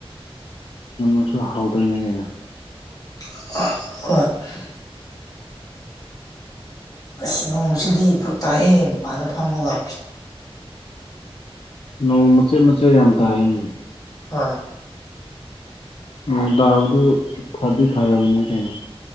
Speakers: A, on the left; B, on the left.
A: ꯉꯅꯨꯁꯨ ꯍꯥꯎꯗꯣꯏꯅꯦ ꯀꯩꯅꯣ
B: <unintelligible> ꯑꯁ ꯅꯣꯡꯁꯤꯗꯤ ꯐ꯭ꯔꯛ ꯇꯥꯏꯍꯦ ꯃꯄꯥꯟꯅ ꯐꯝꯃꯒ
A: ꯅꯣꯡ ꯃꯆꯦꯠ ꯃꯆꯦꯠ ꯌꯥꯝ ꯇꯥꯏꯌꯦꯃꯤ
B: ꯍꯣꯏ
A: ꯅꯣꯡ ꯇꯕꯗꯨ ꯐꯗꯤ ꯐꯔꯕꯅꯦ ꯀꯩꯅꯣ